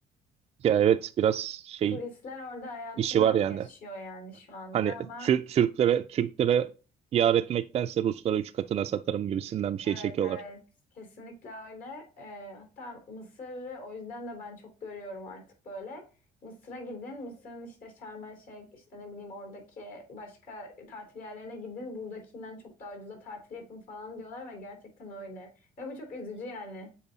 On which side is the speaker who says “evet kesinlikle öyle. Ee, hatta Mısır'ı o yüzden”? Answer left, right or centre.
Left